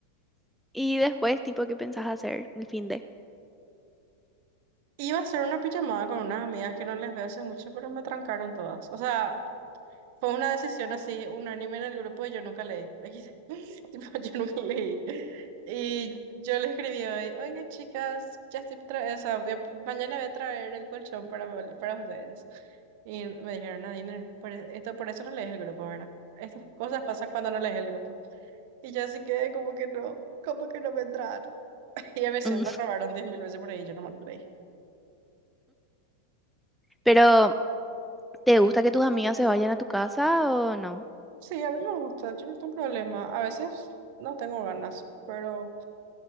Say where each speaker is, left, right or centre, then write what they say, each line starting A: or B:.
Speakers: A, in the centre; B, on the right.
A: Y después, tipo, ¿qué pensás hacer el fin de?
B: Iba a hacer una pijamada con unas amigas que no les veo hace mucho, pero me trancaron todas. O sea, fue una decisión así, unánime en el grupo y yo nunca leí. Aquí, <laughs> tipo, yo nunca leí. Y yo le escribí hoy, oigan chicas, ya estoy tra- o sea, voy a- mañana voy a traer el colchón para, para ustedes. Y me dijeron, Nadine, por e- esto, por eso no lees el grupo, ¿verdad? Estas cosas pasan cuando no lees el grupo. Y yo así que como que no, como que no me entraron. <laughs> Y a veces
A: <laughs> Mm.
B: me robaron diez mil veces por ahí, yo no me leí.
A: Pero, ¿te gusta que tus amigos se vayan a tu casa o no?
B: Sí, a mí me gusta, yo no tengo problema. A veces no tengo ganas, pero